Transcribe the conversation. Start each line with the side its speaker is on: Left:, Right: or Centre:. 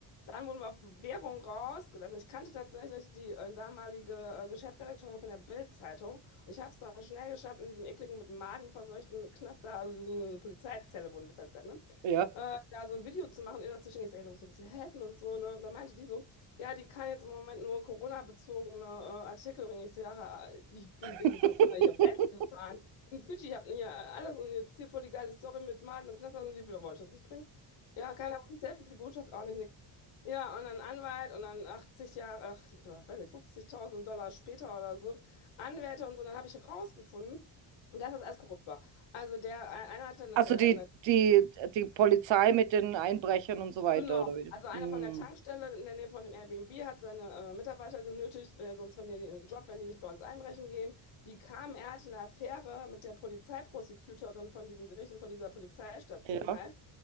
Left: Dann wurden wir auf Bewährung rausgelassen. Ich kannte tatsächlich die äh, damalige äh, Geschäftsredakteurin von der Bild-Zeitung und ich habe es dann schnell geschafft, in diesem ekligen, mit Maden verseuchten Knast da, also so eine Polizeizelle wurden wir festgehalten, ne?
Right: Ah, Ja.
Left: Äh, da so ein Video zu machen, ihr das zu schicken. Ich sag, ey, du musst uns hier helfen und so, ne? Und dann meinte die so, ja, die kann jetzt im Moment nur Corona-bezogene äh, Artikel, wenn ich sage, ich bin wegen
Right: <laughs>
Left: Corona hier festgefahren. In Fidschi hatten hier alles und jetzt hier voll die geile Story mit Martin im Knast, also die Bilder wollte ich das nicht bringen. Ja, keiner wollte uns helfen, die Botschaft auch nicht, nix. Ja, und dann Anwalt und dann 80 Jahre, ach, du, weiß nicht, 50.000 Dollar später oder so, Anwälte und so, dann habe ich rausgefunden, dass das alles korrupt war. Also der, einer hatte eine,
Right: Also
Left: eine
Right: die, die, die Polizei mit den Einbrechern und so weiter,
Left: Genau,
Right: oder wie?
Left: also einer
Right: Mm,
Left: von der Tankstelle in der Nähe von dem Airbnb hat seine äh, Mitarbeiter genötigt, weil sonst verlieren die ihren Job, wenn die nicht bei uns einbrechen gehen. Die kamen, er hatte eine Affäre mit der Polizeiprosecutorin von diesem Gericht und von dieser Polizeistation
Right: ja.
Left: halt.